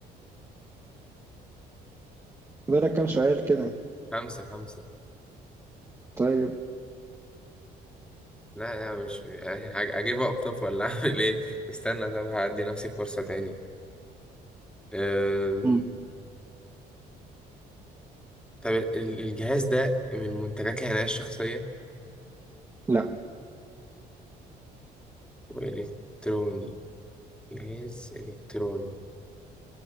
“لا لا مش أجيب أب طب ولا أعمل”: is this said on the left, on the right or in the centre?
Centre